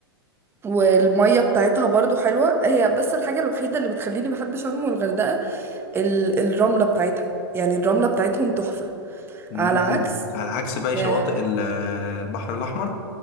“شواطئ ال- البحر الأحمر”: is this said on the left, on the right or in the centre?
Left